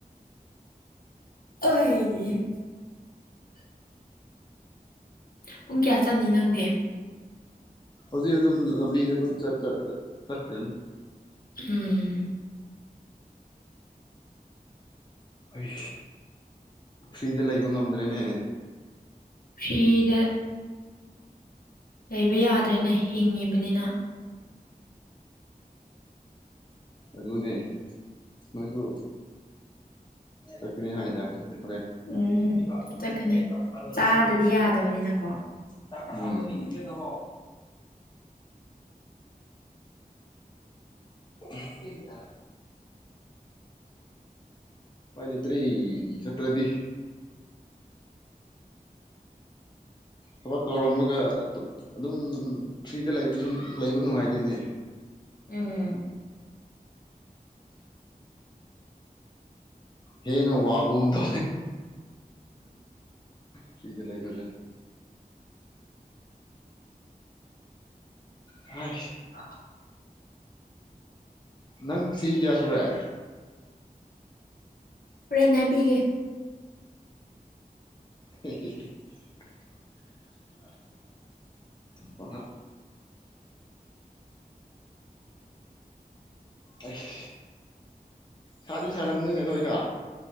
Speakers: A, on the left (about 70°); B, on the left (about 30°).
A: ꯑꯣꯏ ꯄꯨꯡ ꯀꯌꯥ ꯆꯠꯅꯤ ꯅꯪꯅꯦ
B: ꯍꯧꯖꯤꯛ ꯑꯗꯨꯝ ꯂꯝꯕꯤꯁ ꯑꯗꯨꯝꯠꯂ ꯆꯠꯈ꯭ꯔꯅꯤ
A: ꯎꯝ
B: ꯍꯣꯏ ꯐ꯭ꯔꯤꯗ ꯂꯩꯕ ꯉꯝꯗ꯭ꯔꯦꯅꯦ
A: ꯐꯔꯤꯗ ꯂꯩꯕ ꯌꯥꯗ꯭ꯔꯦꯅꯦ ꯍꯤꯡꯉꯤꯕꯅꯤꯅ
B: ꯑꯗꯨꯅꯦ ꯃꯁꯨ ꯆꯀꯅꯤ ꯍꯥꯏꯗ ꯅ ꯄ
A: ꯎꯝ
B: ꯀ
A: ꯆꯠꯀꯅꯤ
B: ꯄ ꯑꯣꯏꯔ
A: ꯆꯥꯗꯗꯤ ꯌꯥꯗꯕꯅꯤꯅꯀꯣ
B: ꯖꯗꯍꯣ ꯑꯦ ꯄꯥꯏ ꯂꯩ ꯏꯇ꯭ꯔꯦ ꯁꯇꯗꯤ ꯊꯕꯛ ꯇꯧꯔꯝꯃꯒ ꯑꯗꯨꯝ ꯐ꯭ꯔꯤꯗ ꯂꯩꯕꯁꯨ ꯂꯩꯕ ꯅꯨꯡꯉꯥꯏꯗꯣꯏꯅꯦ
A: ꯎꯝ
B: ꯍꯦ ꯅ ꯋꯥꯕꯨꯗ ꯐꯔꯤꯗ ꯂꯩ ꯃꯖꯥ <unintelligible> ꯍ
A: ꯑ
B: ꯅꯪ ꯁꯤ ꯀꯌꯥꯁꯨꯔꯦ
A: ꯍꯣꯔꯦꯟ ꯅꯥꯕꯤꯒꯦ
B: <inaudible> ꯄꯥ <inaudible> ꯑꯁ ꯁꯥꯗꯤ ꯁꯥꯔꯝꯅꯤꯅ ꯅꯣꯏꯗ